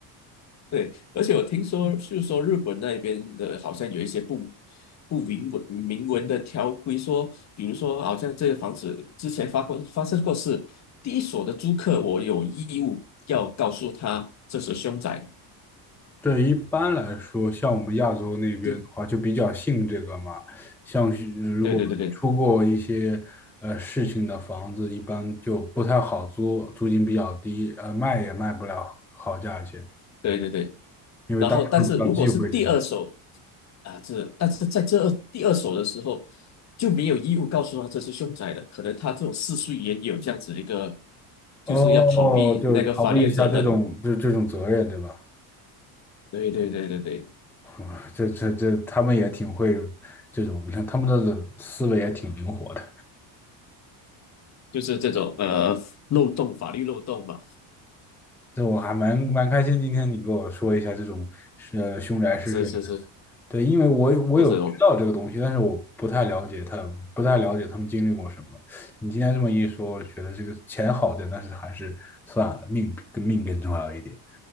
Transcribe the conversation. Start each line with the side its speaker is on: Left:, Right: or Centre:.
Left: 对，而且我听说，就是说日本那边的，好像有一些不不明文明文的条规说，比如说，好像这个房子之前发过发生过事，第一所的租客，我有义务要告诉他这是凶宅。
Centre: 对，一般来说，像我们亚洲那边的话，
Left: 对，
Centre: 就比较信这个嘛。像是如果出过一些呃事情的房子，
Left: 对对对对
Centre: 一般就不太好租，租金比较低，呃，卖也卖不了好价钱，
Left: 对对对。
Centre: 因为大家都比较忌讳这个。
Left: 然后，但是如果是第二手啊，这但是在这二第二手的时候就没有义务告诉他这是凶宅的，可能他这种世俗也有这样子一个，就是要逃避那个法律的责任。
Centre: 哦，就逃避一下这种这这种责任，对吧？
Left: 对对对对对，
Centre: <laughs> 这这这，他们也挺会这种，他们的思维也挺灵活的。
Left: 就是这种呃漏洞，法律漏洞嘛。
Centre: 这我还蛮蛮开心，今天你给我说一下这种呃凶宅试睡的对，
Left: 是是是，
Centre: 因为我我有知道这个东西，
Left: 这是我
Centre: 但是我不太了解他，不太了解他们经历过什么。你今天这么一说，我觉得这个钱好挣，但是还是算了，命跟命更重要一点。